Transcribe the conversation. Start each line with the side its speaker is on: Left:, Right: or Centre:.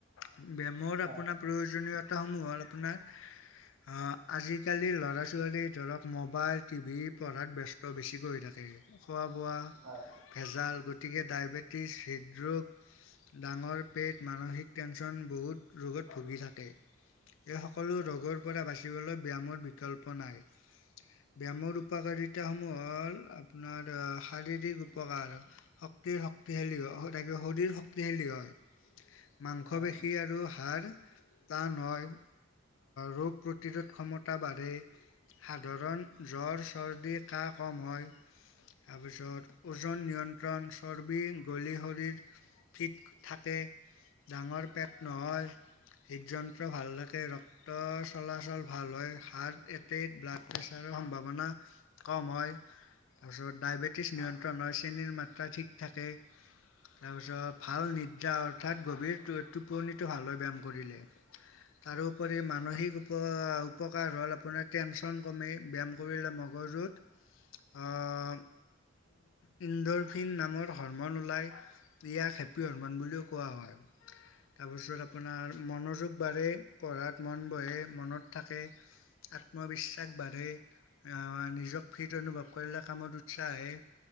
Left: ব্যায়ামৰ
Right: হয়
Left: আপোনাৰ প্ৰয়োজনীয়তা সমূহত আপোনাৰ- অ আজিকালি ল'ৰা ছোৱালী ধৰক মোবাইল টি ভি, পঢ়াত ব্যস্ত বেছিকৈ হৈ থাকে, খোৱা বোৱা
Right: হয়।
Left: ভেজাল গতিকে ডায়েবেটিছ হৃদৰোগ- ডাঙৰ পেট মানসিক টেনশ্যন বহুত ৰোগত ভুগি থাকে। এই সকলো ৰোগৰ পৰা বাচিবলৈ ব্যায়ামৰ বিকল্প নাই। ব্যায়ামৰ উপকাৰিতাসমূহ হ'ল আপোনাৰ শাৰীৰিক উপকাৰ। শক্তিৰ শক্তিশালী হৈ থাকিব শৰীৰ শক্তিশালী হয়। মাংস
Right: হয় হয়
Left: পেশী আৰু হাড়- টান হয় ৰোগ প্ৰতিৰোধ ক্ষমতা বাঢ়ে, সাধাৰণ - জ্বৰ চৰ্দি কাহ কম হয়। তাৰপিছত ওজন নিয়ন্ত্ৰণ, চৰ্বি গলি শৰীৰৰ। ফিট থাকে, ডাঙৰ পেট নহয়। হৃদযন্ত্ৰ ভাল থাকে, ৰ- ক্ত চলাচল ভাল হয়, হাৰ্ট এটেক, ব্লাড প্ৰেছাৰ- সম্ভাৱনা কম হয়। তাৰপিছত ডায়েবেটিছ নিয়ন্ত্ৰণ হয়, চেনীৰ মাত্ৰা ঠিক থাকে। তাৰপিছত ভাল নিদ্ৰা অৰ্থাৎ গভীৰ টোপনিটো ভাল হৈ ব্যায়াম কৰিলে। তাৰোপৰি মানসিক উপ উপকাৰ হ'ল আপোনাৰ টেনচন কমে। ব্যায়াম কৰিলে মগজুত আ- এণ্ডৰফিন নামৰ হৰমন ওলাই দিয়া ক্ষেত্ৰ- প্ৰিয় হৰমন বুলিও কোৱা হয়। তাৰপাছত আপোনাৰ মনোযোগ বাঢ়ে, পঢ়াত মন বহে, মনত থাকে, - আত্মবিশ্বাস বাঢ়ে, - নিজক ফিট অনুভৱ কৰিলে কামত উৎসাহ আহে,